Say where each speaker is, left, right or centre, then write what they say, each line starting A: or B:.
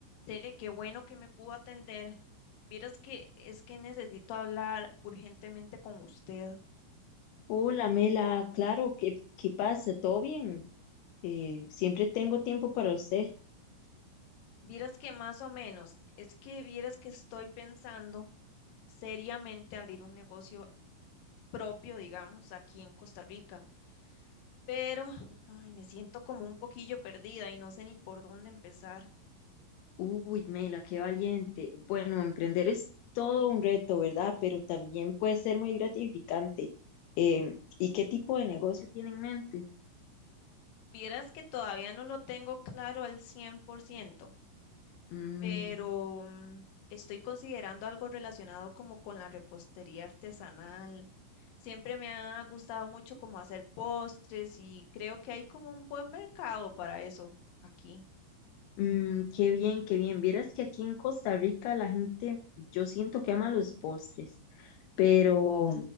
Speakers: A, on the left; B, on the left.
A: Cele, qué bueno que me pudo atender. Vieras que es que necesito hablar urgentemente con usted.
B: Hola, Mela, claro, ¿qué, qué pasa? ¿Todo bien? Eh, siempre tengo tiempo para usted.
A: Vieras que más o menos, es que vieras que estoy pensando seriamente abrir un negocio propio, digamos, aquí en Costa Rica, pero ay, me siento como un poquillo perdida y no sé ni por dónde empezar.
B: Uy, Mela, qué valiente. Bueno, emprender es todo un reto, ¿verdad? Pero también puede ser muy gratificante. Em, ¿y qué tipo de negocio tiene en mente?
A: Vieras que todavía no lo tengo claro al 100%.
B: Mm,
A: pero mm, estoy considerando algo relacionado como con la repostería artesanal. Siempre me ha gustado mucho como hacer postres y creo que hay como un buen mercado para eso aquí.
B: mm, qué bien, qué bien. Vieras que aquí en Costa Rica la gente, yo siento que ama los postres. pero,